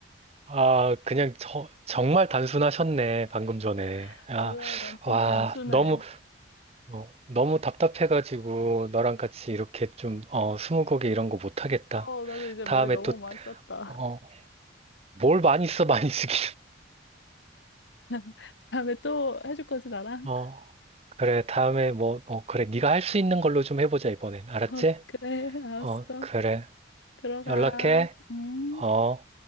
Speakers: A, on the right; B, on the left.
A: 아, 그냥 저- 정말 단순하셨네, 방금 전에.
B: <laughs>
A: 아,
B: 맞아, 난 좀
A: 와,
B: 단순해.
A: 너무, 어, 너무 답답해가지고, 너랑 같이 이렇게 좀, 어, 스무고개 이런 거 못하겠다.
B: 어, 나도 이제
A: 다음에
B: 머리 너무
A: 또,
B: 많이 썼다.
A: 어, 뭘 많이 써, 많이 쓰기.
B: <laughs> 다음에 또 해줄 거지, 나랑?
A: 어, 그래, 다음에 뭐, 어, 그래, 네가 할 수 있는 걸로 좀 해보자, 이번엔.
B: <laughs>
A: 알았지?
B: 어, 그래, 알았어.
A: 어, 그래.
B: 들어가.
A: 연락해.
B: 음.
A: 어.